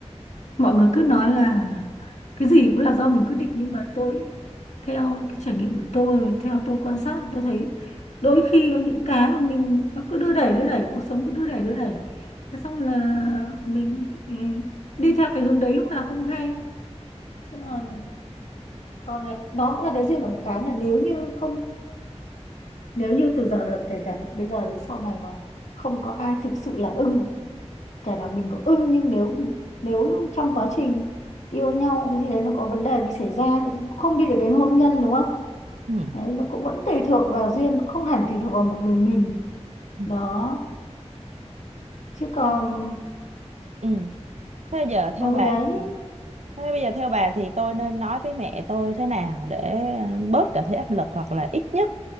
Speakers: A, on the left; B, on the right.
A: mọi người cứ nói là cái gì cũng là do mình quyết định nhưng mà tôi theo cái trải nghiệm của tôi theo tôi quan sát tôi thấy đôi khi có những cái mà mình nó cứ đưa đẩy đưa đẩy cuộc sống cứ đưa đẩy đưa đẩy thế xong là mình ừ, đi theo cái hướng đấy lúc nào không hay Thế còn còn là- nó cũng là cái duyên ở một cái là nếu như không nếu như từ giờ kể cả bây giờ đến sau này mà không có ai thực sự là ưng kể cả mình có ưng nhưng nếu nếu trong quá trình yêu nhau cái gì đấy nó có vấn đề gì xảy ra thì cũng không đi được đến hôn nhân đúng không
B: ừ
A: đấy nó cũng vẫn tùy thuộc vào duyên không hẳn tùy thuộc vào một mình mình
B: ừ
A: đó chứ còn
B: À, ừ. thế giờ theo
A: ừ
B: bà
A: đấy
B: thế bây giờ theo bà thì tôi nên nói với mẹ tôi thế nào để ờ, bớt cảm thấy áp lực hoặc là ít nhất